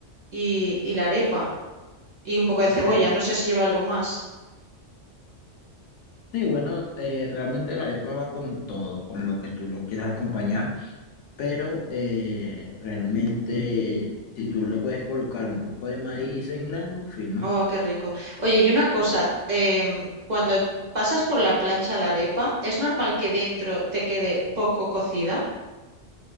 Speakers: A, on the right; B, on the left.
A: y, y la arepa. Y un poco de
B: Ok,
A: cebolla, no sé si lleva algo más.
B: Sí, bueno, eh, realmente la arepa va con todo, con lo que tú lo quieras acompañar, pero eh, realmente si tú le puedes colocar un poco de maíz en grano, fino.
A: Oh, qué rico. Oye, y una cosa, em, cuando pasas por la plancha la arepa, ¿es normal que dentro te quede poco cocida?